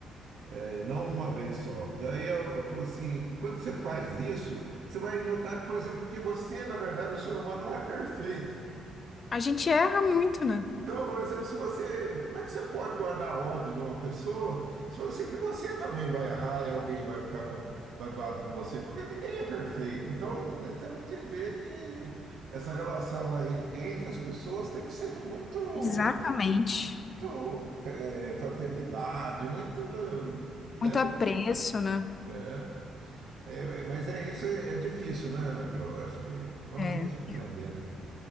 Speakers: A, on the right; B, on the left.
A: é, não uma vez só. Daí eu, eu falou assim, quando você faz isso, você vai notar que, por exemplo, que você, na verdade, o ser humano não é perfeito.
B: A gente erra muito, né?
A: Então, por exemplo, se você, como é que você pode guardar ódio de uma pessoa se você que você também vai errar e alguém vai ficar com, magoado com você? Porque ninguém é perfeito. Então, nós temos que ver que essa relação aí entre as pessoas tem que ser de muito,
B: Exatamente.
A: muito eh, fraternidade, muito, né?
B: Muito apreço, né?
A: É, é, é, mas é isso, é, é difícil, né, Carol? Acho que vamos
B: É.
A: aí aprendendo.